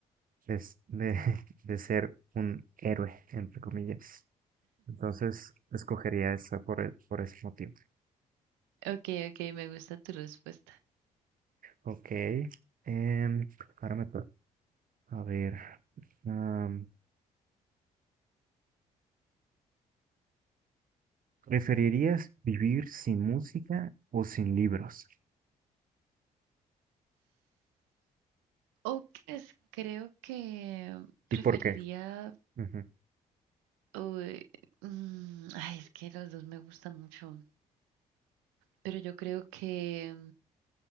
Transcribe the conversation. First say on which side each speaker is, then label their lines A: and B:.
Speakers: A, on the right; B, on the right.
A: de, de, <laughs> de ser un héroe, entre comillas. Entonces escogería esa por, el- por ese motivo.
B: Okey, okey, <laughs> me gusta tu respuesta.
A: Ok. em, ahora me toca. A ver. am, ¿preferirías vivir sin música o sin libros?
B: Oh, pues, creo que preferiría,
A: ¿Y por qué? Ujú.
B: uy, mm, ay, es que los 2 me gustan mucho, pero yo creo que